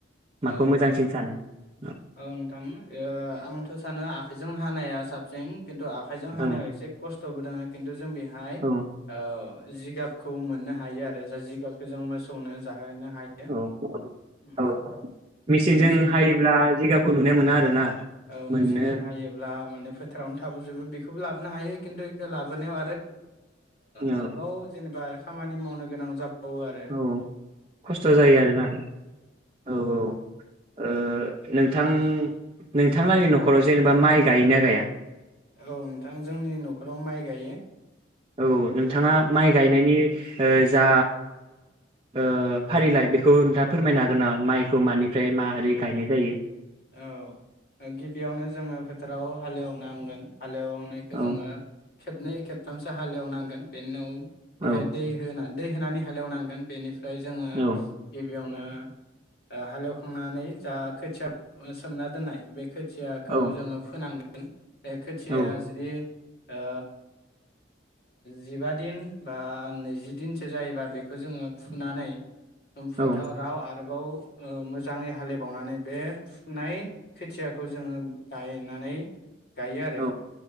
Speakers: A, on the right (about 30°); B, on the left (about 55°).
A: माखौ
B: औ
A: मोजांसिन सानो
B: औ नोंथां ओ आंथ' सानो आखाइजों हानाया साबसिन खिन्थु आखाइजों हानायाव
A: औ
B: एसे खस्थ'बो दोंङो खिन्थु जों बे हाय
A: औ
B: औ जिगाबखौ मोननो हायो आरो जा जिगाबखौ जों मोसौ नो जाहोनो हायो
A: औ
B: उम
A: औ मेचिनजों
B: मेसि
A: हायोब्ला जिगाबखौ नुनाय मोना आरोना
B: औ
A: मोननो
B: मेचिनजों हायोब्ला माने फोथारावनो थाबोजोबो बेखौबो लाबोनो हायो खिन्थु इखो लाबोनायाव आरोबाव
A: औ
B: जेनेबा खामानि मावनो गोनां जाबावो आरो
A: औ खस्थ' जायो आरोना औ औ ओ नोंथां नोंथांलानि नखराव जेनेबा माइ गायो ना गाया
B: औ नोंथां जोंनि न खराव माइ गायो
A: औ नोंथाङा माइ गायनायनि ओ जा ओ फारिलाइ बेखौ नोंथाङा फोरमायनो हागोन नामा माइखौ मानिफ्राय माबोरै गायनाय जायो
B: औ गिबियावनो जोङो फोथाराव हालेवनांगोन हालेवनायखौ
A: औ
B: जोङो खेबनै खेबथामसो हालेवनांगोन बेनि उनाव
A: औ
B: बेहाय दै होनानै दै होनानै हालेव नांगोन बेनिफ्राय ओमफ्राय
A: औ
B: जोङो बेयावनो हालेवखांनानै जा खोथिया सोमना दोननाय बे खोथियाखौ
A: औ
B: जोङो फोनांगोन गोन बे खोथिया
A: औ
B: जुदि ओ जिबा दिन बा नैजि दिनसो जायोबा बेखौ जोङो फुनानै उम फोथाराव
A: औ
B: आरोबाव मोजाङै हालेबावनानै बे फुनाय खोथिया खौ जोङो गायनानै गायो आरो
A: औ